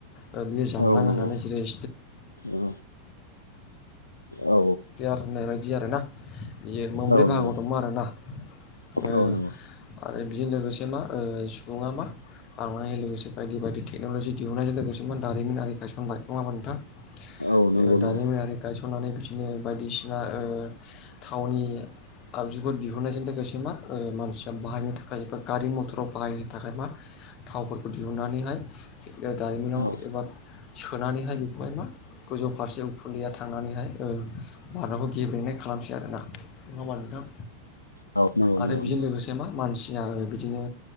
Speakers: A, on the left (about 35°); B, on the left (about 80°).
A: ओ बियो जामलांङो
B: औ नंगौ
A: होननानै जेरै-
B: औ औ
A: <unintelligible> होननाय बायदि दि आरो ना। बियो मोमब्रै
B: औ
A: बाहागोआव
B: नंगौ
A: दंमो आरोना ओ
B: औ नंगौ
A: आरो बेजों लोगोसे मा ओ सुबुङा मा बांनाय लोगोसे बायदि बायदि टेक्न'लजि दिहुननाय लोगोसे मा दारिमिनारि गायसनबाय नङा होनबा नोंथां?
B: औ
A: जेनेबा
B: नंगौ
A: दारिमिनारि
B: नंगौ
A: गायस स'ननानै बिदिनो बायदिसिना ओ थावनि आगजुफोर दिहुननायजों लोगोसे मा। ओ मानसिया बाहायनो थाखाय एबा गारि-मथराव बाहाय थाखाय मा थावफोरखौ दिहुननानैहाय ओ दारिमिनाव
B: औ
A: एबा सोनानैहाय बेखौहाय मा गोजौ फारसे उखुन्दैया थांनानैहाय ओ <inaudible> दि आरोना नङा होमबा नोंथां?
B: औ नंगौ
A: आरो
B: नंगौ
A: बेजों
B: नंगौ
A: लोगोसे मा मानसिया ओ बिदिनो